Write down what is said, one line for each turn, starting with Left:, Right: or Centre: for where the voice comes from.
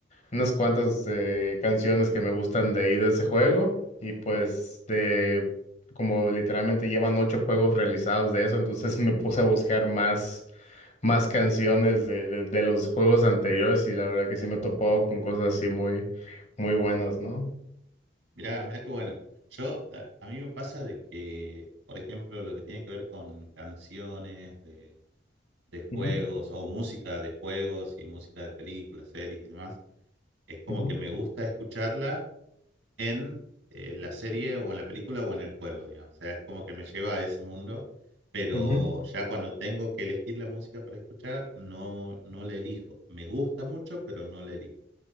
Left: unas cuantas eh, canciones que me gustan de ahí de ese juego y pues de como literalmente llevan ocho juegos realizados de eso, entonces <laughs> me puse a buscar más, más canciones de, de, de los juegos anteriores y la verdad que sí me he topado con cosas así muy, muy buenas, ¿no?
Right: Mirá, mirá qué bueno. Yo, eh, a mí me pasa de que, por ejemplo, lo que tiene que ver con canciones de, de juegos
Left: Ujú,
Right: o música de juegos y música de películas, series y demás, es como
Left: ujú,
Right: que me gusta escucharla, en eh, la serie o en la película o en el juego, digamos. O sea, es como que me lleva a ese mundo, pero
Left: ujú,
Right: ya cuando tengo que elegir la música para escuchar, no, no la elijo. Me gusta mucho, pero no la elijo.